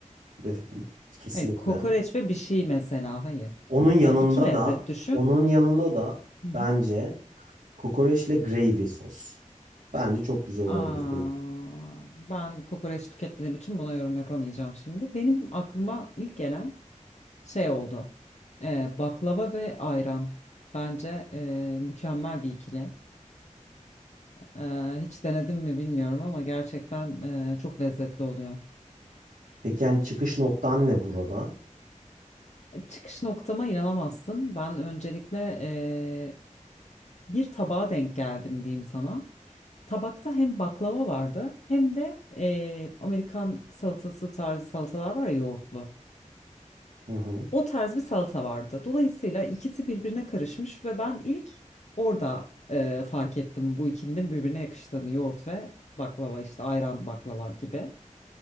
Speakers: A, on the right; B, on the left.
A: Def- kesinlikle.
B: Hayır, kokoreç ve bir şey mesela. Hayır.
A: Onun yanında
B: E, iki lezzet
A: da
B: düşün.
A: onun yanında da
B: Hı hı.
A: bence Kokoreçle gravy sos. Bence çok güzel olabilir
B: Aa,
A: bu.
B: ben kokoreç tüketmediğim için buna yorum yapamayacağım şimdi. Benim aklıma ilk gelen şey oldu. Ee, baklava ve ayran. Bence e, mükemmel bir ikili. Ee, hiç denedim mi bilmiyorum ama gerçekten e, çok lezzetli oluyor.
A: Peki yani çıkış noktan ne burada?
B: Çıkış noktama inanamazsın. Ben öncelikle e, bir tabağa denk geldim diyeyim sana. Tabakta hem baklava vardı hem de e, Amerikan salatası tarzı salatalar var ya yoğurtlu.
A: Hı hı.
B: O tarz bir salata vardı. Dolayısıyla ikisi birbirine karışmış ve ben ilk orada e, fark ettim bu ikilinin birbirine yakıştığını. Yoğurt ve baklava işte ayran baklava gibi.